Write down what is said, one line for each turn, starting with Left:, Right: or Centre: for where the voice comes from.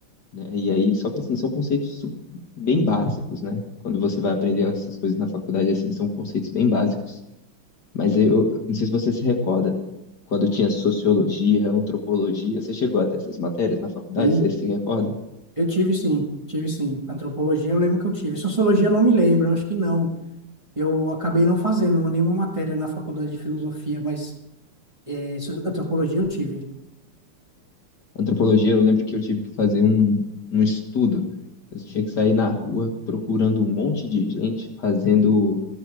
Left: né? E aí, só que assim, são conceitos su- bem básicos, né? Quando você vai aprender essas coisas na faculdade, assim, são conceitos bem básicos. Mas eu eu não sei se você se recorda, quando tinha sociologia, antropologia, você chegou até essas matérias na faculdade,
Right: Sim,
Left: você se recorda?
Right: eu tive sim, tive sim. Antropologia eu lembro que eu tive. Sociologia eu não me lembro, eu acho que não. Eu acabei não fazendo nenhuma matéria na faculdade de filosofia, mas é, so- antropologia eu tive.
Left: Antropologia, eu lembro que eu tive que fazer um, um estudo. Eu tinha que sair na rua procurando um monte de gente fazendo